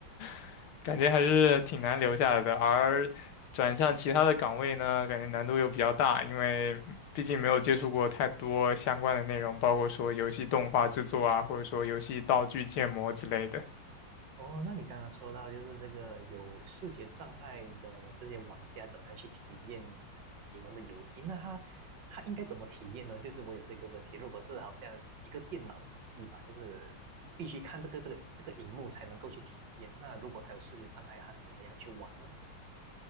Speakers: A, on the left (about 85°); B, on the right (about 60°).
A: <laughs> 感觉还是挺难留下来的，而。转向其他的岗位呢，感觉难度又比较大，因为毕竟没有接触过太多相关的内容，包括说游戏动画制作啊，或者说游戏道具建模之类的。
B: 哦，那你刚刚说到就是这个有视觉障碍的这些玩家怎么样去体验你们的游戏？那他他应该怎么体验呢？就是我有这个问题，如果是好像一个电脑游戏吧，就是必须看这个这个这个荧幕才能够去体验。那如果他有视觉障碍，他怎么样去玩呢？